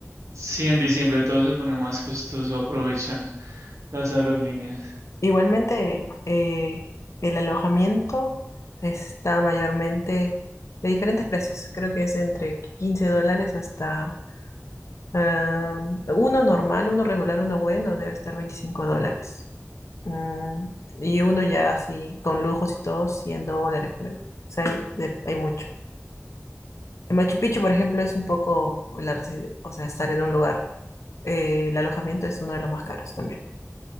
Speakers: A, on the right; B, on the left.
A: Sí, en diciembre todo se pone más costoso, aprovechan las aerolíneas.
B: Igualmente, eh, el alojamiento está mayormente de diferentes precios. Creo que es entre 15 dólares hasta ah, uno normal, uno regular, uno bueno, debe estar 25 dólares. Mm, y uno ya así, con lujos y todo, 100 dólares por ahí. O sea, hay, de- hay mucho. En Machu Picchu, por ejemplo, es un poco, la, resi- o sea, estar en un lugar. eh, el alojamiento es uno de los más caros también.